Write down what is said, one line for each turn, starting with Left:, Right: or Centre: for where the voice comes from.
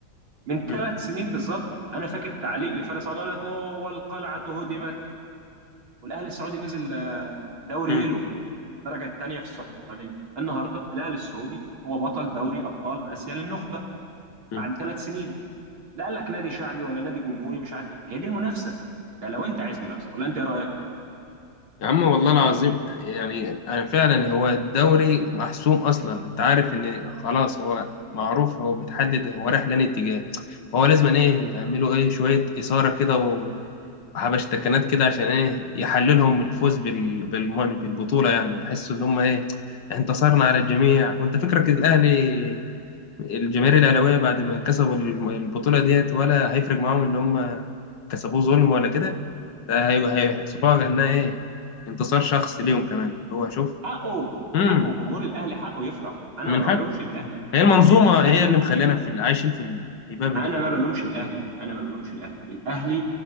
Right: من ثلاث
Left: امم
Right: سنين بالظبط انا فاكر تعليق لفارس سعد قال لك اوه القلعه هدمت والاهلي السعودي نزل آه، دوري
Left: امم
Right: يلو الدرجه الثانيه في السعوديه النهارده الاهلي السعودي هو بطل دوري ابطال اسيا للنخبه
Left: امم
Right: بعد ثلاث سنين لا قال لك نادي شعبي ولا نادي جمهوري مش عارف ايه هي دي المنافسه ده لو انت عايز منافسه ولا انت ايه رايك
Left: يا عم والله العظيم يعني أنا فعلا هو الدوري محسوم اصلا انت عارف ان خلاص هو معروف هو متحدد هو رايح لأنهي اتجاه فهو لازم ايه يعملوا ايه شوية إثارة كده و- وحبشتكنات كده عشان ايه يحللهم الفوز بال... بالم- بالبطولة يعني يحسوا ان هم ايه انتصرنا على الجميع وانت فكرك الاهلي الجماهير الاهلاويه بعد ما كسبوا الم- البطوله ديت ولا هيفرق معاهم ان هم كسبوه ظلم ولا كده ده هي- هيحسبوها كانها ايه انتصار شخصي ليهم كمان اللي هو شوف
Right: حقه
Left: امم
Right: حقه جمهور الاهلي حقه يفرح انا
Left: من
Right: ما
Left: حق
Right: بلومش الاهلي
Left: هي المنظومه
Right: ال- ال- الاهلي
Left: هي اللي مخلينا في ال- عايشين في الهباب
Right: انا
Left: اللي احنا
Right: ما
Left: فيه
Right: بلومش
Left: ده
Right: الاهلي انا ما بلومش الاهلي الاهلي